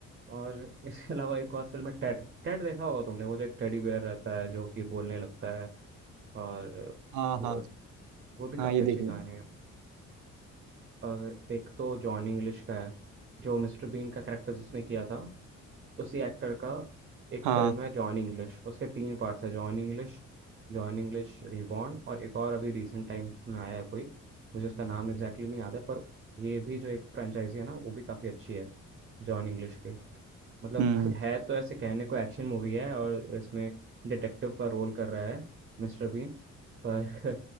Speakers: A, on the right; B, on the right.
A: और इसके अलावा एक और फिल्म है टेड टेड देखा होगा तुमने वो जो एक टेडी बेयर रहता है जो कि बोलने लगता है और
B: हाँ
A: वो
B: हाँ
A: वो भी काफ़ी
B: हाँ ये
A: अच्छी
B: देखेंगे
A: कहानी है और एक तो जॉन इंग्लिश का है जो मिस्टर बीन का कैरेक्टर जिसने किया था उसी एक्टर का एक
B: हाँ
A: फिल्म है जॉन इंग्लिश उसके तीन पार्ट्स है John English John English reborn और एक और अभी रिसेंट टाइम में आया है कोई मुझे उसका नाम एग्जैक्टली exactly नहीं याद है पर ये भी जो एक फ्रेंचाइजी है ना वो भी काफ़ी अच्छी है जॉन इंग्लिश की मतलब
B: हम्म
A: <laughs> है तो ऐसे कहने को एक्शन मूवी है और इसमें डिटेक्टिव का रोल कर रहा है मिस्टर बीन पर <laughs>